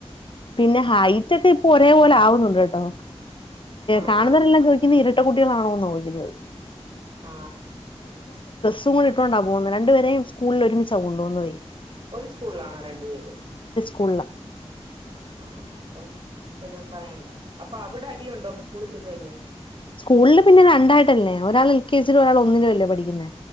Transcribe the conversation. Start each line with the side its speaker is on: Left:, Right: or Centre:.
Left: പിന്നെ ഹൈറ്റൊക്കെ ഇപ്പൊ ഒരേ പോലെ ആവുന്നുണ്ട് കേട്ടോ
Right: ആഹ്
Left: കാണുന്നവരെല്ലാം ചോദിക്കുന്ന ഇരട്ട റ്റ കുട്ടികളാണോന്ന ച്ചോദിക്കുന്നത്
Right: ആ
Left: <unintelligible> കൊണ്ട് ഇട്ടോണ്ടാ പോകുന്നത് രണ്ടപേരും സ്കൂളിൽ ഒരുമിചാ കൊണ്ട് പോകുന്നതേ
Right: ഒരു സ്കൂള്ലാണോ രണ്ടു പേരും
Left: കുള്ള
Right: ആ അപ്പം പിന്നെ പറയണ്ട അപ്പ അവിടെ അടിയുണ്ടോ സ്കൂളിൽ ചെന്ന് കഴിഞ്ഞ്
Left: സ്കൂളില് പിന്നെ രണ്ടായിട്ടല്ലേ ഒരാൾ എൽ കെ ജിലും ഒരാൾ ഒന്നിലുംല്ലേ പഠിക്കുന്നേ